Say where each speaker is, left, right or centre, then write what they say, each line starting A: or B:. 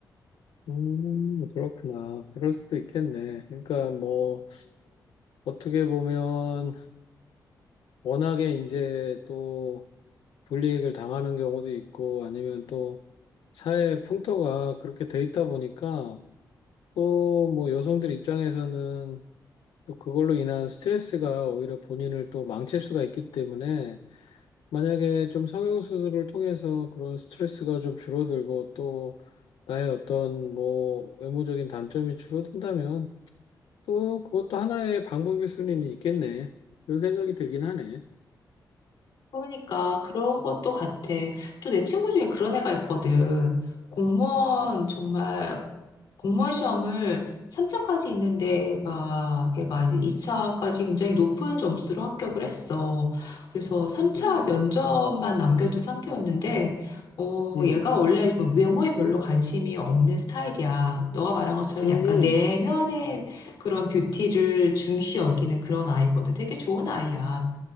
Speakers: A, on the left; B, on the left.
A: 음, 그렇구나. 그럴 수도 있겠네. 그러니까 뭐, 어떻게 보면, 워낙에 이제 또 불이익을 당하는 경우도 있고, 아니면 또 사회 풍토가 그렇게 돼 있다 보니까, 또 뭐 여성들 입장에서는 또 그걸로 인한 스트레스가 오히려 본인을 또 망칠 수가 있기 때문에, 만약에 좀 성형수술을 통해서 그런 스트레스가 좀 줄어들고, 또 나의 어떤 뭐 외모적인 단점이 줄어든다면, 또 그것도 하나의 방법일 수는 있겠네. 그런 생각이 들긴 하네.
B: 그러니까 그런 것도 같아. 또 내 친구 중에 그런 애가 있거든. 공무원 정말 공무원 시험을 3차까지 있는 데가 걔가 2차까지 굉장히 높은 점수로 합격을 했어. 그래서 3차
A: 음,
B: 면접만 남겨둔 상태였는데 어
A: 음,
B: 얘가 원래 그 외모에 별로 관심이 없는 스타일이야. 너가 말한 것처럼
A: 음,
B: 약간 내면의 그런 뷰티를 중시 여기는 그런 아이거든. 되게 좋은 아이야.